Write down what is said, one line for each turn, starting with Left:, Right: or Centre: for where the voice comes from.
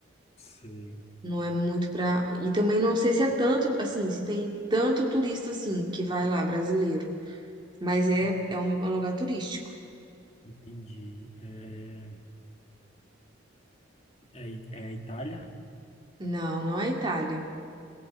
Left: Sei.
Right: Não é muito para. E também não sei se é tanto, assim, se tem tanto turista assim que vai lá, brasileiro. Mas é,
Left: Hum,
Right: é um é um lugar turístico.
Left: Entendi. É, é, a I- é a Itália?
Right: Não, não é Itália.